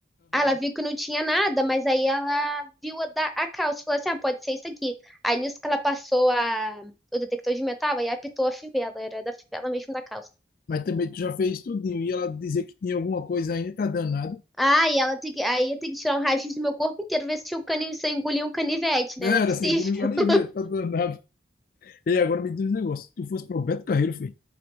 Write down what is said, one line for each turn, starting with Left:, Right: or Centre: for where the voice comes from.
Centre: Aí ela viu que não tinha nada, mas aí ela viu a, da- a calça e falou assim: ah, pode ser isso aqui. Aí nisso que ela passou a- o detector de metal, aí apitou a fivela, era da fivela mesmo da calça.
Left: mas também tu já fez tudinho. E ela dizer que tinha alguma coisa ainda, tá danado.
Centre: Ah, e ela tem que, aí eu tenho que tirar um raio do meu corpo inteiro, ver se, tinha um cani, se eu engoli um canivete, né?
Left: Era
Centre: Não é possível.
Left: assim, engoliu lá nem
Centre: <laughs>
Left: ver, tá danado. E agora me diz um negócio: se tu fosse pro Beto Carreiro, filho,